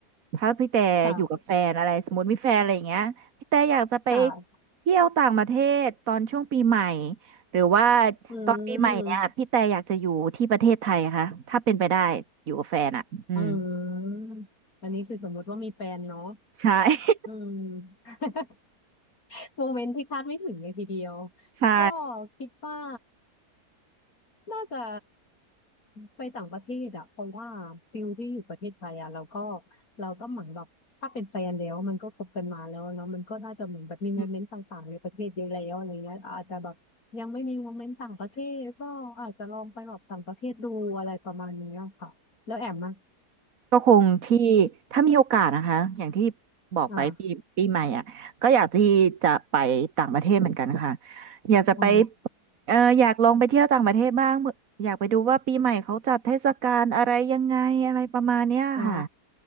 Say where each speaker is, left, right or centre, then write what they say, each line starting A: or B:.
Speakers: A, on the right; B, on the left.
A: ถ้าพี่แต่อยู่กับแฟนอะไรสมมติมีแฟนอะไรอย่างเงี้ยพี่แต่อยากจะไป
B: ค่ะค่ะ
A: เที่ยวต่างประเทศตอนช่วงปีใหม่หรือว่า
B: อืม
A: ตอนปีใหม่เนี่ยพี่แต่อยากจะอยู่ที่ประเทศไทยค่ะถ้าเป็นไปได้อยู่กับแฟนอ่ะอืม
B: อืมอันนี้คือสมมติว่ามีแฟนเนาะ
A: ใช่
B: อืม <laughs> โมเมนต์ที่คาดไม่ถึงเลยทีเดียว
A: <laughs> ใช่
B: ก็คิดว่า น่าจะไปต่างประเทศอะเพราะว่าฟิลที่อยู่ประเทศไทยอะเราก็เราก็เหมือนแบบถ้าเป็นแฟนแล้วมันก็คบกันมาแล้วเนาะมันก็น่าจะเหมือนแบบมีโมเมนต์ต่างๆในประเทศเยอะแล้วอะไรเงี้ยอาจจะแบบยังไม่มีโมเมนต์ต่างประเทศก็อาจจะลองไปแบบต่างประเทศดูอะไรประมาณนี้ค่ะแล้วแอมอะ
A: อื ก็คงที่ถ้ามีโอกาสนะคะอย่างที่บอกไปปีปีใหม่อ่ะก็อยากที่จะไปต่างประเทศเหมือนกันค่ะ
B: อ่า
A: อยากจะไป
B: อ๋อ
A: เอออยากลองไปเที่ยวต่างประเทศบ้างอยากไปดูว่าปีใหม่เขาจัดเทศกาลอะไรยังไงอะไรประมาณเนี้ยค่ะ
B: อ๋อ